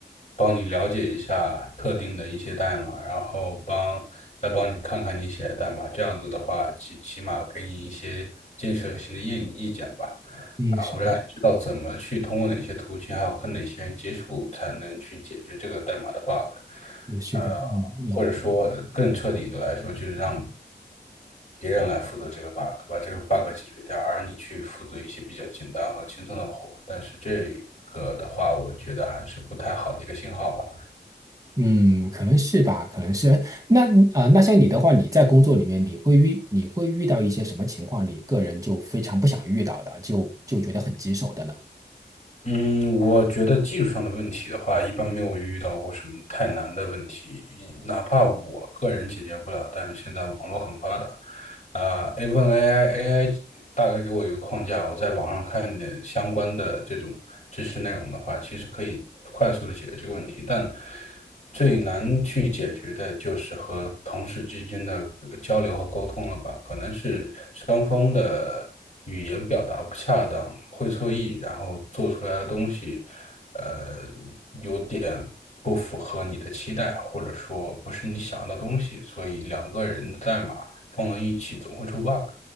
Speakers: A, on the left; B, on the right.
A: 帮你了解一下特定的一些代码，然后帮再帮你看看你写的代码，这样子的话，起起码给你一些建设性的意意见吧。
B: 嗯，
A: 然后让你知道怎么去通过哪些途径，
B: 是
A: 还有跟哪些人接触，才能去解决这个代码的 bug。
B: 也是的，
A: 呃，
B: 嗯啊。
A: 或者说更彻底的来说，就是让别人来负责这个 bug，把这个 bug 解决掉，而你去负责一些比较简单和轻松的活。但是这个的话，我觉得还是不太好的一个信号吧。
B: 嗯，可能是吧，可能是。那啊、呃那像你的话，你在工作里面，你会遇你会遇到一些什么情况，你个人就非常不想遇到的，就就觉得很棘手的呢？
A: 嗯，我觉得技术上的问题的话，一般没有遇到过什么太难的问题，哪怕我个人解决不了，但是现在网络很发达，啊、a 问 AI，AI 大概给我一个框架，我在网上看点相关的这种知识内容的话，其实可以快速的解决这个问题，但最难去解决的就是和同事之间的呃交流和沟通了吧，可能是双方的。语言表达不恰当，会错意，然后做出来的东西，呃，有点不符合你的期待，或者说不是你想要的东西，所以两个人的代码放到一起总会出 bug，